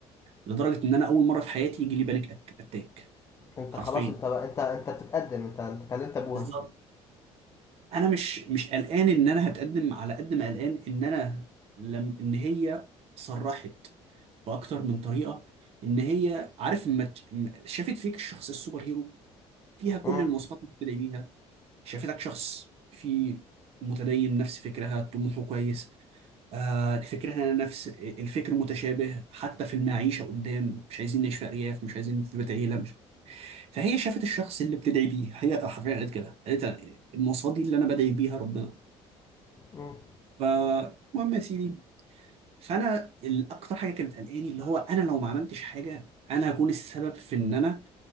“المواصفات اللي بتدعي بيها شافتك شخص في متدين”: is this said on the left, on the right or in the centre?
Right